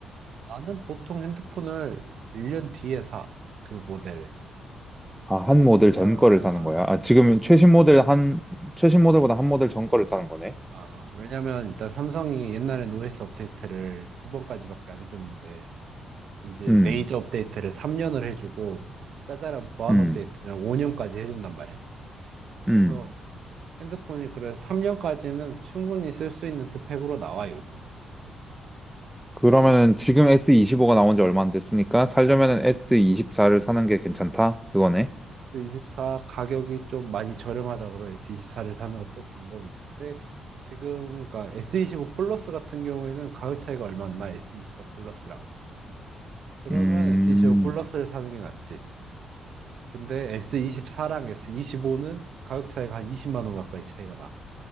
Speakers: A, on the right; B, in the centre.
A: 나는 보통 핸드폰을 1년 뒤에 사. 그 모델을.
B: 아, 한 모델
A: 왜냐면,
B: 전 거를 사는 거야? 아, 지금
A: 어,
B: 최신 모델 한, 최신 모델보다 한 모델 전 거를 사는 거네?
A: 아, 왜냐면 일단 삼성이 옛날에 노이즈 업데이트를 두 번까지밖에 안 해줬는데 이제
B: 음,
A: 메이저 업데이트를 3년을 해주고 짜잘한 보안
B: 음,
A: 업데이트를 5년까지 해준단 말이야.
B: 음.
A: 그래서 핸드폰이 그래서 3년까지는 충분히 쓸 수 있는 스펙으로 나와 요즘.
B: 그러면은
A: 그리고
B: 지금
A: 음,
B: S25가 나온 지 얼마 안 됐으니까 살려면은 S24를 사는 게 괜찮다? 그거네?
A: S24 가격이 좀 많이 저렴하다 그러 S24를 사는 것도 방법이지. 근데 지금 그러니까 S25 플러스 같은 경우에는 가격 차이가 얼마 안 나. S24 플러스랑. 그러면
B: 음,
A: S25 플러스를 사는 게 낫지. 근데 S24랑 S25는 가격 차이가 한 20만 원 가까이 차이가 나.